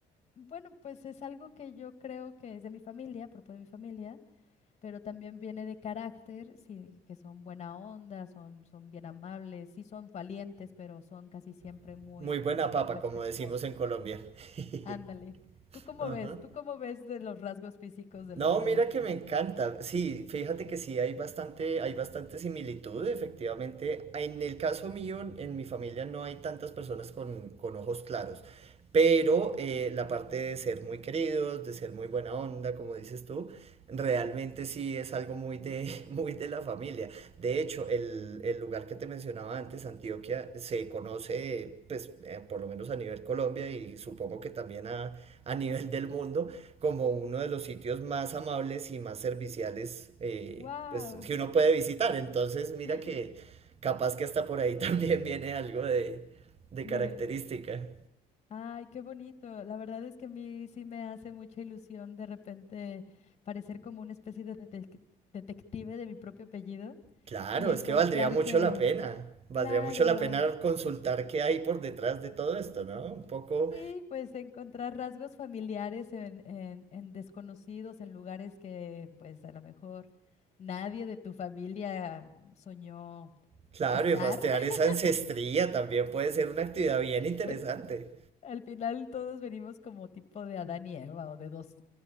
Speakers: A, on the left (about 40°); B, on the right (about 35°).
A: bueno, pues es algo que yo creo que es de mi familia, propio de mi familia pero también viene de carácter, sí, que son buena onda, son, son bien amables, sí son valientes, pero son casi siempre
B: <laughs>
A: muy,
B: Muy buena
A: muy
B: papa,
A: respetuosos.
B: como decimos en Colombia.
A: Ándale.
B: <laughs>
A: ¿Tú cómo
B: Ajá.
A: ves? ¿Tú cómo ves de los rasgos físicos de
B: No,
A: los Valencia?
B: mira que me encanta. Sí, fíjate que sí hay bastante, hay bastante similitud, efectivamente. En el caso mío, en mi familia no hay tantas personas con, con ojos claros, pero eh, la parte de ser muy queridos, de ser muy buena onda, como dices tú, realmente sí es algo muy de, <laughs> muy de la familia. De hecho, el, el lugar que te mencionaba antes, Antioquia, se conoce, pues, eh, por lo menos a nivel Colombia y supongo que también a, a nivel del mundo como uno de los sitios más amables y más serviciales eh,
A: Wow.
B: pues, que uno puede visitar. Entonces, mira
A: <laughs>
B: que capaz que hasta por ahí <laughs> también viene algo de, de característica.
A: de Ay, qué bonito. La verdad es que a mí sí me hace mucha ilusión de repente parecer como una especie de detec- detective de mi propio apellido
B: Claro,
A: y encontrar
B: es que valdría mucho
A: que,
B: la pena. Valdría
A: claro,
B: mucho la pena consultar qué hay por detrás de todo esto, ¿no? Un poco,
A: sí, pues encontrar rasgos familiares en, en, en desconocidos, en lugares que pues a lo mejor nadie de tu familia soñó
B: claro,
A: estar.
B: y rastrear
A: <laughs>
B: esa ancestría también puede ser una actividad bien interesante.
A: Pues al final todos venimos como tipo de Adán y Eva o de dos,